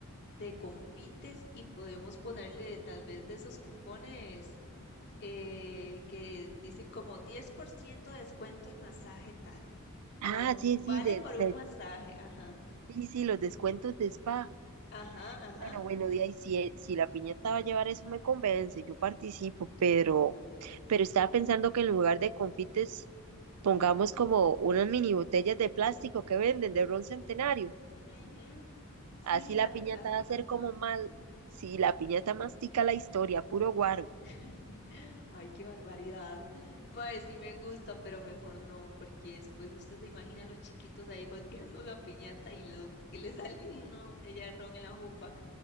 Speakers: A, on the left (about 50°); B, on the right (about 80°).
A: de comprites y podemos ponerle tal vez de esos cupones eh, que dicen como 10% de descuento en masaje tal, o
B: Ah, sí,
A: vale
B: sí, de,
A: por un
B: de-
A: masaje, ajá,
B: sí, sí, los descuentos de spa.
A: ajá, ajá.
B: Bueno, bueno, de ahí si, e- si la piñata va a llevar eso me convence, yo participo, pero, pero estaba pensando que en lugar de confites pongamos como unas mini botellas de plástico que venden de ron centenario.
A: ujú. Sí,
B: Así la
A: las
B: piñata
A: de plástico,
B: va a ser
A: ajá.
B: como mal, si la piñata mastica la historia, puro guaro.
A: <laughs> Ay, qué barbaridad. Mae, sí me gusta, pero mejor no, porque después usted se imagina a los chiquitos ahí <laughs> golpeando la piñata y lo que le sale una botella de ron en la jupa.